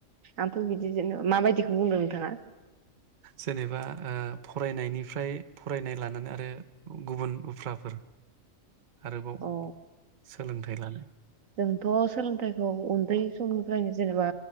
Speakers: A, on the right; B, on the right.
A: आंथ बिदि जेनेबा माबायदिखौ बुंदों नोंथाङा?
B: जेनेबा ओ फरायनायनिफ्राय फरायनाय लानानै आरो गुबुन उफ्राफोर आरोबाव
A: औ
B: सोलोंथाइ लानाय
A: जोंथि सोलोंथाइखौ उन्दै समनि <unintelligible> जेनेबा